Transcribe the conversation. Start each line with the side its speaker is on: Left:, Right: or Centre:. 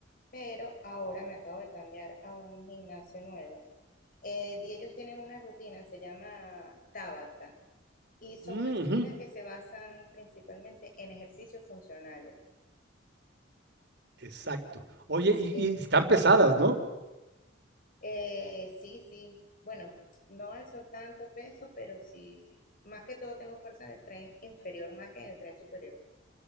Left: pero ahora me acabo de cambiar a un gimnasio nuevo. Eh, y ellos tienen una rutina, se llama Tabata, y son
Right: Mm,
Left: unas rutinas
Right: ujú,
Left: que se basan principalmente en ejercicios funcionales.
Right: Exacto. Oye, y
Left: En-
Right: y están pesadas, ¿no?
Left: Eh, sí, sí. Bueno, no alzo tanto peso, pero sí, sí. Más que todo tengo fuerza en el tren inferior más que en el tren superior.